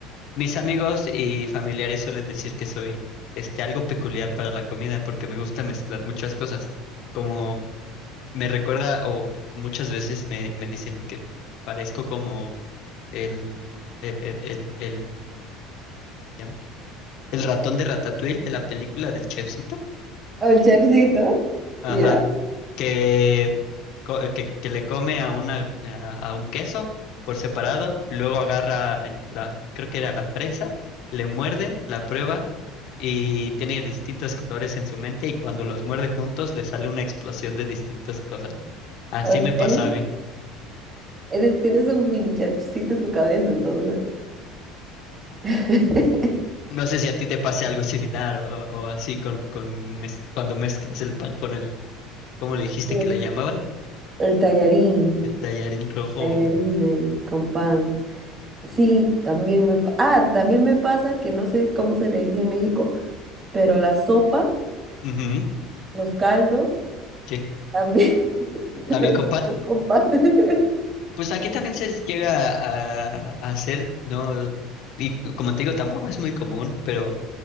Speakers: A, on the left; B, on the right.
A: mis amigos y familiares suelen decir que soy, este, algo peculiar para la comida porque me gusta mezclar muchas cosas. Como me recuerda, o muchas veces me, me dicen que parezco como el, e- e- el, el, ¿cómo se llama? El ratón de Ratatouille de la película del chefcito.
B: O el chefcito.
A: Ajá.
B: Y yo,
A: Que, co- que, que le come a una, a, a un queso por separado, luego agarra en la, creo que era la fresa, le muerde, la prueba y tiene distintos colores en su mente y cuando los muerde juntos le sale una explosión de distintas cosas. Así
B: ok.
A: me pasa a mí.
B: Eres, tienes un mini chefcito en tu cabeza, entonces. <laughs>
A: No sé si a ti te pase algo similar o, o así con, con mez- cuando mezclas el pan con el, ¿cómo le dijiste
B: Mm.
A: que le llamaban?
B: El tallarín,
A: El tallarín rojo.
B: tallarines con pan. Sí, también me, pa- ah, también me pasa que no sé cómo se le dice en México, pero la sopa
A: Ujú,
B: los caldos,
A: sí.
B: también <laughs>
A: ¿También
B: los
A: con pan?
B: como con pan. <laughs>
A: Pues aquí también se llega a, a hacer, ¿no? Y c- como te digo, tampoco es muy común, pero